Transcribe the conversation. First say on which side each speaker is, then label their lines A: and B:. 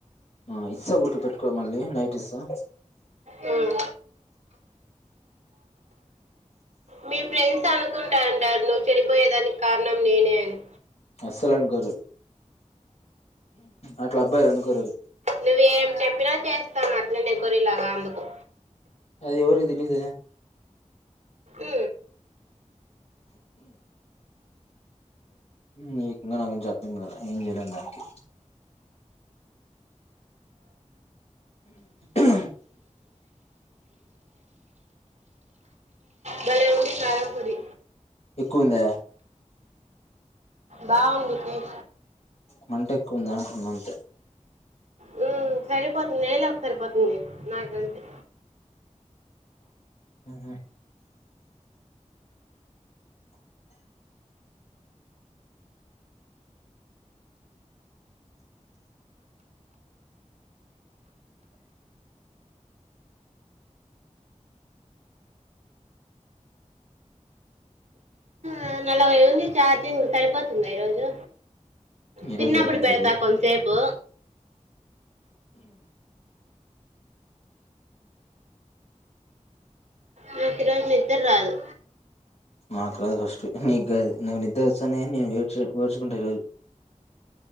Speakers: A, on the left; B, on the right.
A: ఆ ఇస్సా గుడిక పెట్టుకో మళ్ళీ నైట్ ఇస్సా
B: ఉమ్. మీ ఫ్రెండ్స్ అనుకుంటాంటారు నువ్వు చెనిపోయేదానికి కారణం నేనే అని
A: సలం గ అట్లా అబ్బాయిలు అనుకోరరు
B: నువ్వ ఏం చెప్పినా చేస్తాను అట్లనే గురలాగా అందుకు
A: అది ఎవరికి తెలిద
B: ఆ
A: నీకు ఇంకా నా గురించి అర్థం కాల ఏం చేయని దానికి అ
B: భలే ఉంది కారం పొడి
A: ఎక్కువంద
B: బాగుందిక
A: మంట ఎక్కువ ఉంది అంటుంది అంతే
B: హ్మ్. సరిపోతుంది నైళ ఒక సరిపోతుంది నకు నాలు గంటే
A: ఆహ
B: ఆ నలభై ఉంది చఛార్జింగ్ సరిపోతుంది ఈ రోజు
A: ఈ
B: చిన్నప్పుడి
A: రోజు సరిపోతది
B: పెడుతా కొంచసేపు నాకు ఈ రోజు నిద్దరు రాదు
A: నాకు రాదు ఫస్ట్ నీకు కాదు నాకు నిద్ర వస్తా న నేనుేడ్చుకుంటే ఈ రోజు